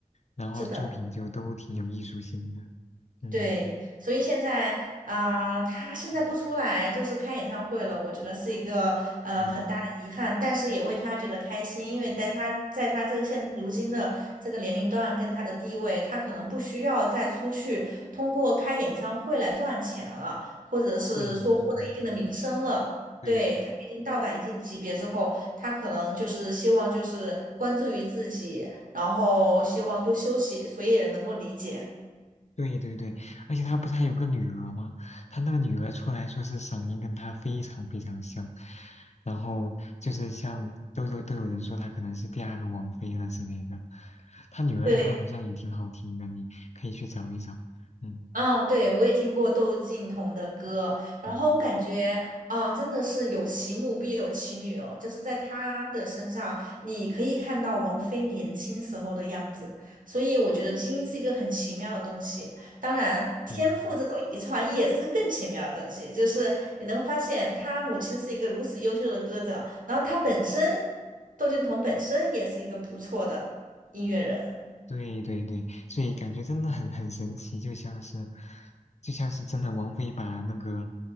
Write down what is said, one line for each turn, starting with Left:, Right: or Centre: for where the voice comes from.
Left: 然后作品就都挺有艺术性的。
Right: 是的。
Left: 嗯
Right: 对，所以现在，啊，他现在不出来，
Left: 嗯
Right: 就是开演唱会了，我觉得是一个呃很大的遗憾，
Left: 嗯，
Right: 但是也为他觉得开心，因为在他在他这个现如今的这个年龄段跟他的地位，他可能不需要再出去通过开演唱会来赚钱了，或者是说获得一定的名声了。
Left: 对对对
Right: 对，他已经到达一定级别之后，他可能就是希望就是关注于自己，然后希望多休息，所以也能够理解。
Left: 对对对，而且他不是还有个女儿吗？他那个女儿出来说是嗓音跟他非常非常像，然后就是像都有都有人说他可能是第二个王菲了之类的。他女儿的歌好像也挺好听的，
Right: 对。
Left: 你可以去找一找。嗯
Right: 嗯，对，我也听过窦靖童的歌，然后我感觉啊，
Left: 嗯，
Right: 真的是有其母必有其女哦，就是在他的身上，你可以看到王菲年轻时候的样子，所以我觉得基因是一个很奇妙的东西，当然天赋这种遗传也是个更奇妙的东西，
Left: 对。
Right: 就是你能发现他母亲是一个如此优秀的歌者，然后他本身，窦靖童本身也是一个不错的音乐人，
Left: 对对对，所以感觉真的很很神奇，就像是，就像是真的王菲把那个